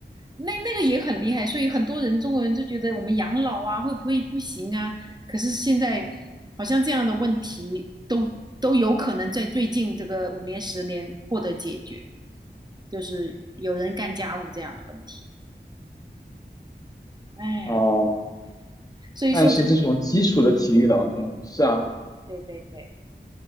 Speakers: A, on the right; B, on the left.
A: 那那个也很厉害。所以很多人中国人就觉得我们养老啊会不会不行啊？可是现在好像这样的问题都都有可能在最近这个五年十年获得解决，就是有人干家务这样的问题。哎呀，
B: 呃，
A: 所以说这个，
B: 但是这种基础的体力劳动，是啊，
A: 对对对，